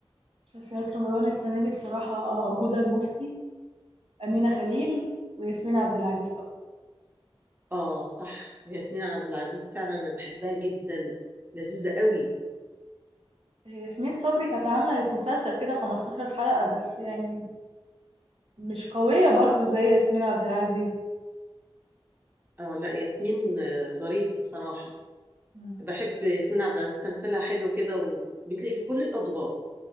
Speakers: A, on the right; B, on the right.
A: مسلسلات رمضان السنه دي بصراحه هدى المفتي امينه خليل وياسمين عبد العزيز طبعا
B: اه صح ياسمين عبد العزيز فعلا انا بحبها جدا لذيذة قوي
A: ياسمين صبري كانت عملت مسلسل كده 15 حلقه بس يعني مش قويه برضو زي ياسمين عبد العزيز
B: اه لا ياسمين آه، ظريفة بصراحة
A: مم.
B: بحب ياسمين عبد العزيز تمثيلها حلو كده وبتلاقي في كل الادوار